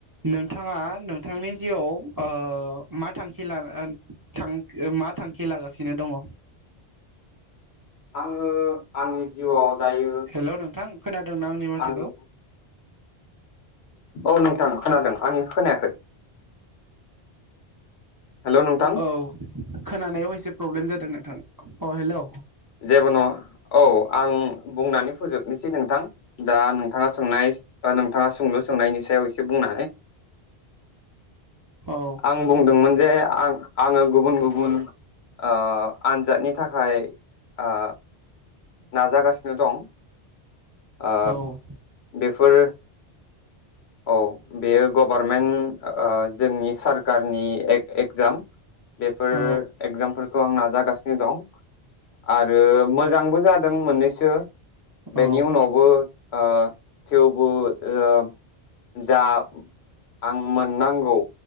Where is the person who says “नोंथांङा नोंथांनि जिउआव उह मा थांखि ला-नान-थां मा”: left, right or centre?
Right